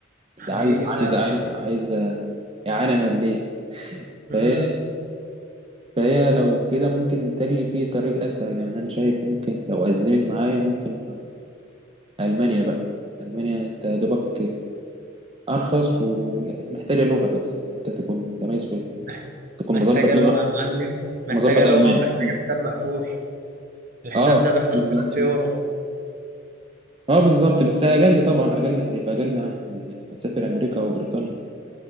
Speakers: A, on the right (about 30°); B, on the right (about 45°).
A: ده
B: حقيقي
A: عايز
B: فعلا
A: عايز عايز عايز إعانة مادية
B: مم.
A: فهي فهي لو كده ممكن بتجلي فيه طريق أسهل يعني أنا شايف ممكن لو أزمت معايا ممكن ألمانيا بقى ألمانيا أنت يا دوبك أرخص ومحتاجة لغة بس أنت تكون متميز في
B: مح-
A: تكون
B: محتاجة
A: مظبط لغة
B: لغة يا معلم محتاجة
A: مظبط
B: لغة
A: ألماني
B: ومحتاجة
A: مم.
B: حساب مقفول الحساب
A: أه
B: ده ب 11000
A: بالظبط
B: يورو
A: أه بالظبط بس أقل طبعا أقل هتبقى أقل من ما تسافر أمريكا أو بريطانيا